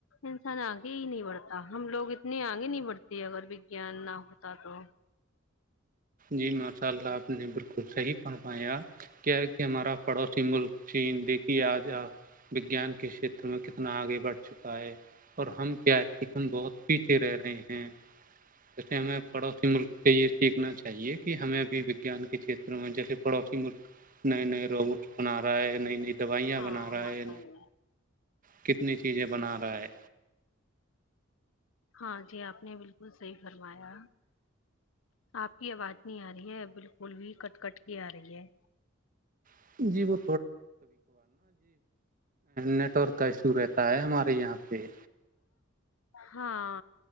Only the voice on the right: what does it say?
جی ماشاء اللہ آپ نے بالکل صحیح فنمایا کیا کہ ہمارا پڑوسی ملک چین د کہ آج وجان کے کھیتر میں کتنا آگے بڑھتا چک ہے اور ہم کیا کہ ہم بہت پیچھے رہ رہے ہیں جیسے ہمیں پڑوسی ملک سے یہ سیکھنا چاہیے کہ ہمیں بھی وگان کے کھیت میں جیسے پڑوسی ملک نئے نئے روبوٹس بنا رہا ہے نئی نئی دوائیاں
بنا رہا
ہے
کتنی چیزیں بنا رہا ہے
ہے جی وہ نیٹ ورک کا ایشو رہتا ہے ہمارے یہاں پہ